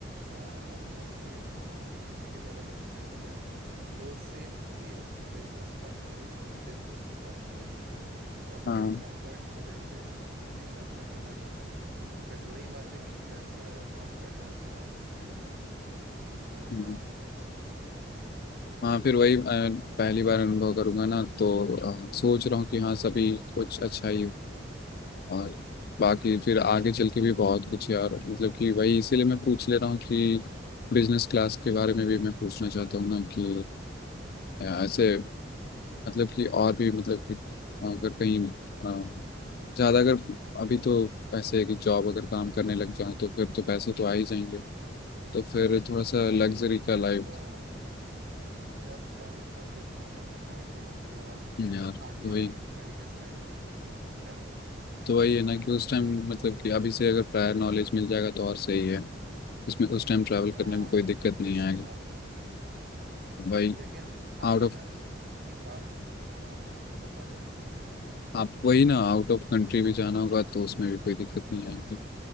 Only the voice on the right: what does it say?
अ, अपना सीट अ, पीछे की तरफ इंक्लाइन किया वो सेम केस बिजनेस क्लास में नहीं है क्योंकि बिजनेस क्लास में आपके
कंफर्ट को लेके हमेशा ध्यान रखा जाता है बट वही बात है कि जैसा कंफर्ट वैसा कीमत तो
हाँ
जी जी
हाँ
हाँ
हाँ
बिल्कुल
तब
तो आप जब चाहो तब बिजनेस क्लास में ट्रैवल कर सकते हो और
आलीशान
तरीके से कर सकते हो ट्रैवल
हाँ
ये
सही
बात है
लेकिन आलीशान
की बात हाँ हाँ बता दो